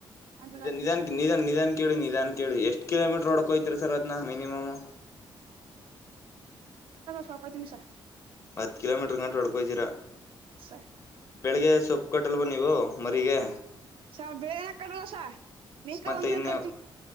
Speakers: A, on the right; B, on the left.
A: ಅಂತಂದ
B: ನಿನ್
A: ಹಾಕ್ತೀನಿ
B: ನಿಧಾನ್
A: ಸ
B: ನಿನ್ ನಿಧಾನ್. ಕೆೇಳು ನಿಧಾನ್ ಕೇಳು ಎಷ್ಟ್ ಕಿಲೋಮೀಟ್ರ್ ಹೊಡ್ಕೋಯ್ತೀರ ಸರ್ ಅದ್ನ ಮಿನಿಮಮ್?
A: ತಕೋತಿವ್ ಸಾ
B: ಹತ್ ಕಿಲೋಮೀಟರ್ ಗಂಟ ಹೊಡ್ಕೊಯ್ತಿರ
A: ಸ
B: ಬೆಳಿಗ್ಗೆ ಸೊಪ್ಪು ಕೊಟ್ಟಲ್ವ ನೀವು ಮರಿಗೆ?
A: ಸ ಬೇನ <unintelligible> ಸ ಮೇಕ
B: ಮತ್ತೆ
A: ಒಂದ
B: ಇನ್ನು
A: ಕಡ್ತೀ,